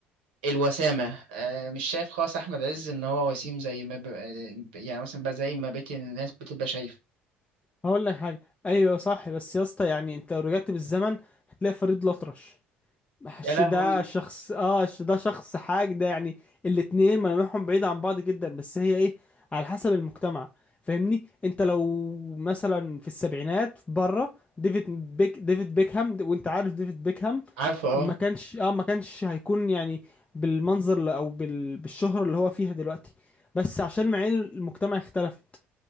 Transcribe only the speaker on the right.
الوسامة آه، مش شايف خالص أحمد عز إن هو وسيم زي ما ب... آه، يعني مثلا بقى زي ما بقية الناس بتبقى شايفة
يا لهوي
عارفه اه